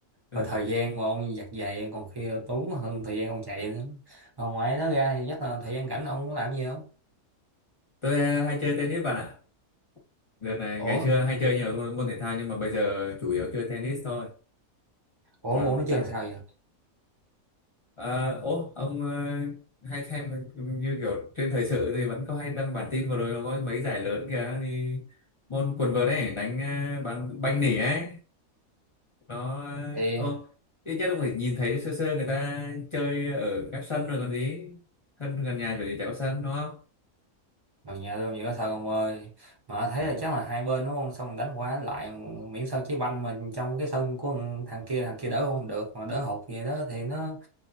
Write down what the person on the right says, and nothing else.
rồi thời gian mà ông giặt giày còn khi tốn hơn thời gian ông chạy nữa Rồi ngoài đó ra thì chắc là thời gian rảnh ông có làm gì không
ủa
ủa
muốn nó chừng
sao vậy
thì
rồi nhà tôi nhiều sao ông ơi mà thấy
là chắc là hai bên đúng không xong đánh quá lại miễn sao trái banh mà trong cái sân của thằng kia thằng kia đỡ không được mà đỡ hụt gì đó thì nó